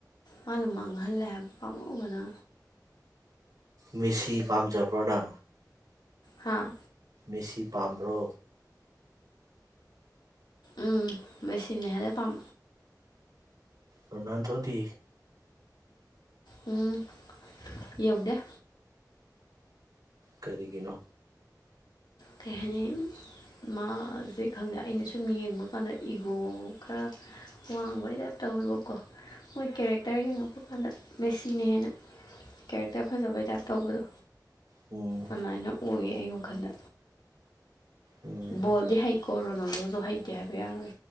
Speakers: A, on the left; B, on the right.
A: ꯃꯥꯅ ꯃꯥꯡꯍꯜꯂꯦ ꯍꯥꯏꯕ ꯄꯥꯝꯃꯕꯅ
B: ꯃꯦꯁꯤ ꯄꯥꯝꯖꯕ꯭ꯔꯅ
A: ꯍꯥꯥ
B: ꯃꯤꯁꯤ ꯄꯥꯝꯕ꯭ꯔꯣ
A: ꯎꯝ ꯃꯦꯁꯤꯅꯦꯍꯦꯂ ꯄꯝ
B: ꯑꯣ ꯅꯟꯊꯇ
A: ꯎꯝ ꯌꯧꯐꯗ
B: ꯀꯔꯤꯒꯤꯅꯣ
A: ꯀꯩ ꯍꯥꯏꯅꯤ ꯃꯥꯁꯦ ꯈꯪꯗꯦ ꯑꯩꯅ ꯁꯨꯝ ꯌꯦꯡꯕ ꯀꯥꯟꯗ ꯏꯒꯣ ꯈꯔ ꯋꯥꯡꯕꯩ ꯇꯥꯏꯞ ꯇꯧꯋꯦꯕꯀꯣ ꯃꯣꯏ ꯀꯦꯔꯦꯛꯇꯔ ꯌꯦꯡꯉꯛꯄ ꯀꯥꯟꯗ ꯃꯦꯁꯤꯅ ꯍꯦꯟꯅ ꯀꯦꯔꯦꯛꯇꯔ ꯐꯖꯕꯩ ꯇꯥꯏꯞ ꯇꯧꯕꯗꯣ
B: ꯎꯝ
A: ꯑꯗꯨꯃꯥꯏꯅ ꯑꯣꯏꯌꯦ ꯑꯩꯒ ꯈꯜꯂ
B: ꯎꯝ
A: ꯕꯣꯜꯗꯤ ꯍꯩꯀꯣ ꯔꯣꯅꯥꯜꯗꯣꯁꯨ ꯍꯩꯇꯦ ꯍꯥꯏꯕ ꯌꯥꯔꯣꯏ